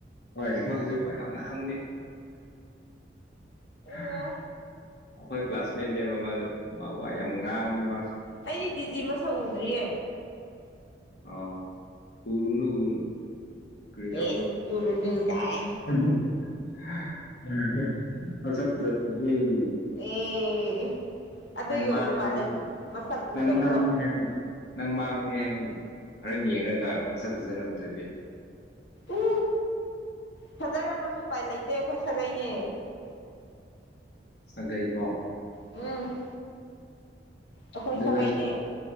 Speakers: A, on the left; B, on the left.
A: ꯍꯣꯏ ꯃꯥꯁꯨꯨ ꯑꯅꯝꯅꯤ
B: ꯑꯣ
A: ꯑ <unintelligible> ꯑꯩꯈꯣꯏ ꯀ꯭ꯂꯥꯁꯃꯦꯠꯅꯦꯕ ꯃꯥꯗꯣ ꯃꯥ ꯋꯥ ꯌꯥꯝ ꯉꯥꯡꯕꯅꯤ ꯃꯥꯁꯨ
B: ꯑꯩꯗꯤ ꯗꯤꯖꯤ ꯃꯁꯛ ꯎꯗ꯭ꯔꯤꯌꯦ
A: ꯑ ꯎꯨꯔꯨꯅꯨ ꯎꯨꯔꯨ ꯀꯔꯤ
B: ꯑꯦꯁ ꯎꯔꯨꯅꯨ ꯀꯥꯏꯅ
A: ꯇꯧꯕꯔꯥ ꯐꯖꯗꯦꯍꯦ
B: ꯑꯦ ꯑꯗꯨꯒꯤ
A: ꯅꯪ
B: ꯑꯣꯏꯕ
A: ꯃꯥꯉ
B: ꯃꯥꯜꯂꯦ
A: ꯍꯥꯏ
B: ꯃꯁꯛ ꯎꯗꯕꯗꯣ
A: ꯅꯪ ꯃꯥꯅꯤ ꯍꯥꯏꯃꯤ ꯅꯪ ꯃꯥꯡꯉꯅꯤ ꯍꯥꯏꯕꯅꯤ ꯈꯔ ꯌꯦꯡꯉꯒꯖꯠ ꯐꯖꯔꯝꯗ꯭ꯔꯗꯤ
B: ꯎ ꯐꯖꯔꯝꯕꯁꯨ ꯎꯄꯥꯏ ꯂꯩꯇꯦ ꯑꯩꯈꯣꯏ ꯁꯥꯒꯩꯅꯦ
A: ꯁꯒꯩꯀꯣ
B: ꯎꯝ ꯑꯩꯈꯣꯏ
A: ꯑꯗꯨꯗ
B: ꯁꯥꯒꯩꯅꯦ
A: ꯅꯪꯁꯨ